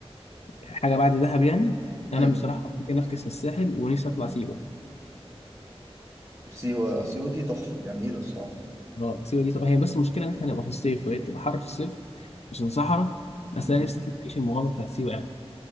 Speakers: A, on the left; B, on the right.
A: آه، حاجه بعد دهب يعني
B: امم
A: انا بصراحه ممكن افكس للساحل ونفسي اطلع سيوه
B: سيوه سيوه دي تحفه جميله الصراحه
A: اه سيوه دي هي بس المشكله ان احنا نبقى في الصيف وهي بتبقى حر في الصيف عشان صحراء بس
B: امم
A: انا نفسي اطلع اعيش المغامره بتاعت سيوه يعني